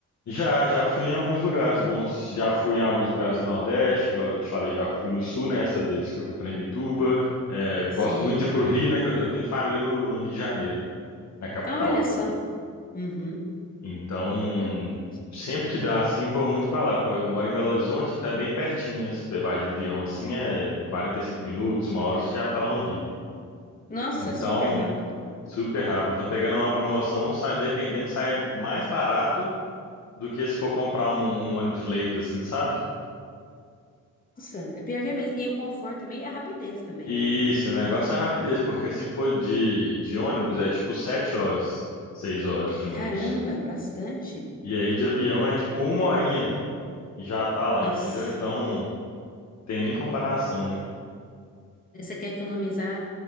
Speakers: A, on the left; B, on the left.
A: Já, já fui em alguns lugares bons. Já fui em alguns lugares do Nordeste, igual eu te falei, já fui no Sul, né, essa vez que eu fui para Imbituba. É, gosto
B: Sim.
A: muito de ir pro Rio, né, que eu, eu tenho família no, no Rio de Janeiro, na capital.
B: Ah, olha só. Uhum.
A: Então,
B: Então,
A: sempre que dá, assim, eu vou muito para lá. Eu moro em Belo Horizonte, então é bem pertinho, né? Se Você vai de avião, assim, é 45 minutos, uma hora você já tá lá no Rio.
B: Nossa,
A: Então,
B: super rápido.
A: super rápido. Então, pegando uma promoção, sai, dependendo, sai mais barato do que se for comprar um, um ônibus leito, assim, sabe?
B: Nossa, é pior que é mesmo. E o conforto também é a rapidez também,
A: Isso,
B: né?
A: o negócio é a rapidez, porque se for de, de ônibus é tipo sete horas, seis horas de ônibus.
B: Caramba, bastante.
A: E aí de avião é tipo uma horinha e já tá lá,
B: Nossa.
A: entendeu? Então tem nem comparação, né?
B: Aí Você quer economizar